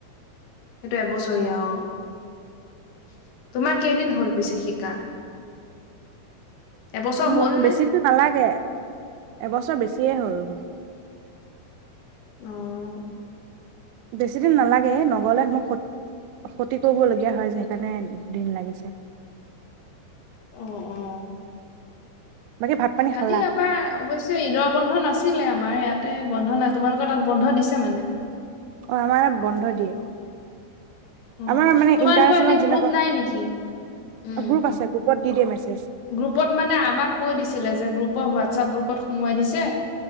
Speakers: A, on the left; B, on the right.
A: সেইটো এবছৰীয়া।
B: অ
A: অ'। তোমাৰ কেইদিন হল পিছে শিকা? এবছৰ
B: ম
A: হ'ল নে?
B: বেছি দিন নালাগে। এবছৰ বেছি এতিয়াই হ'ল।
A: অ'।
B: বেছি দিন নালাগে। নগলে মই ক্ষত ক্ষতি কৰিবলগীয়া হয় যে, সেইকাৰণে দিন লাগিছে।
A: অ', অ'।
B: বাকী ভাত পানী
A: কালি
B: খালা
A: আমাৰ অৱশ্যে ঈদৰ বন্ধ নাছিলে‌ আম আমাৰ ইয়াতে বন্ধ নাই। তোমালোকৰ তাত বন্ধ দিছে মানে।
B: অ', আমাৰ বন্ধ দিয়ে।
A: অ
B: আমাৰ মানে
A: তোমালোকৰ
B: ইন্টাৰনেচনেল
A: এনে
B: যেনেকুৱা।
A: গ্ৰুপ নাই নেকি? উম,
B: গ্ৰুপ আছে গ্ৰুপত <unintelligible>
A: গ্ৰুপত মানে আমাক কৈ দিছিলে যে গ্ৰুপৰ হোৱাত হোৱাটছপ গ্ৰুপত সোমোৱাই দিছে